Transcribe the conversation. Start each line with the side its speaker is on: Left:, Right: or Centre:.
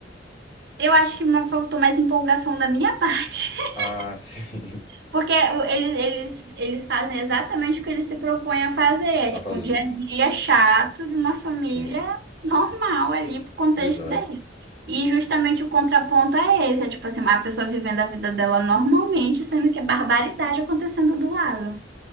Right: Eu acho que uma- faltou mais empolgação da minha parte. <laughs>
Left: Ah, sim. <laughs>
Right: Porque o- eles, eles, eles fazem exatamente o que eles se propõem a fazer. É
Left: A
Right: tipo
Left: fazer.
Right: um dia a dia chato de uma família
Left: Sim,
Right: normal ali pro contexto
Left: exato.
Right: dele. E justamente o contraponto é esse. É tipo assim, a pessoa vivendo a vida dela normalmente, sendo que é barbaridade acontecendo do lado.